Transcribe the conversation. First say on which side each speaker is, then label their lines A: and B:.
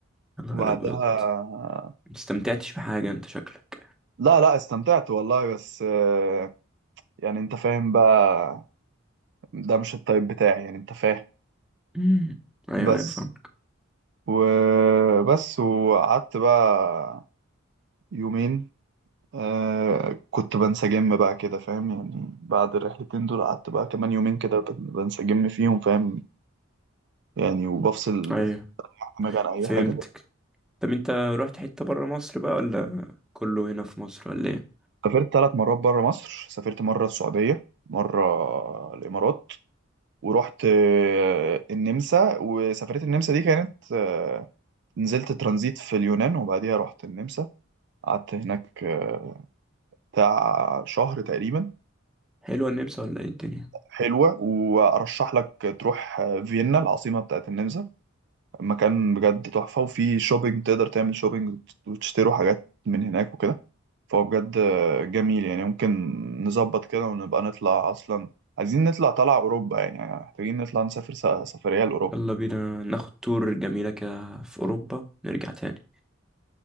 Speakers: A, in the centre; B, on the right.
A: يا نهار
B: وبعدها
A: أبيض مستمتعتش بحاجة أنت شكلك
B: لا لا استمتعت والله بس آه، يعني انت فاهم بقى ده مش التايب بتاعي يعني انت فاهم
A: مم. أيوه
B: بس
A: أيوه فهمك
B: وبس وقعدت بقى يومين آه، كنت بنسجم بقى كده فاهم يعني بعد الرحلتين دول قعدت بقى كمان يومين كده بن- بنسجم فيهم فاهم يعني وبفصل
A: أيوه
B: دماغي عن اي
A: فهمتك
B: حاجة
A: طب أنت رحت حتة برا مصر بقى ولا كله هنا في مصر ولا إيه؟
B: سافرت ثلاث مرات بره مصر سافرت مرة السعودية مرة الإمارات ورحت آه، النمسا وسفرية النمسا دي كانت آه، نزلت ترانزيت في اليونان وبعديها رحت النمسا قعدت هناك آه، بتاع شهر تقريبا
A: حلوة النمسا ولا إيه الدنيا؟
B: حلوة وأرشح لك تروح آه، فيينا العاصمة بتاعت النمسا مكان بجد تحفة وفي شوبينج تقدر تعمل شوبينج وتشتروا حاجات من هناك وكده فهو بجد آه، جميل يعني ممكن نظبط كده ونبقى نطلع أصلا عايزين نطلع طلع أوروبا يعني يعني محتاجين نطلع نسافر س- سفرية لأوروبا
A: يلا بينا ناخد تور جميلة كده في أوروبا نرجع تاني